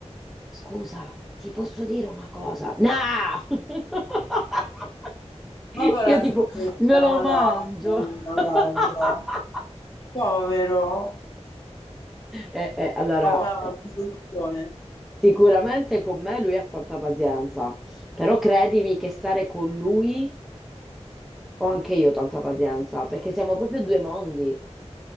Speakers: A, in the centre; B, on the left.
A: scusa, ti posso dire una cosa? No! <laughs>
B: Ma povera
A: Io tipo,
B: stella,
A: me lo
B: madonna
A: mangio.
B: mia, guarda.
A: <laughs>
B: Povero.
A: Eh, eh, allora,
B: Oh, una
A: eh,
B: comprensione.
A: sicuramente con me lui ha tanta pazienza, però credimi che stare con lui ho anche io tanta pazienza, perché siamo proprio due mondi.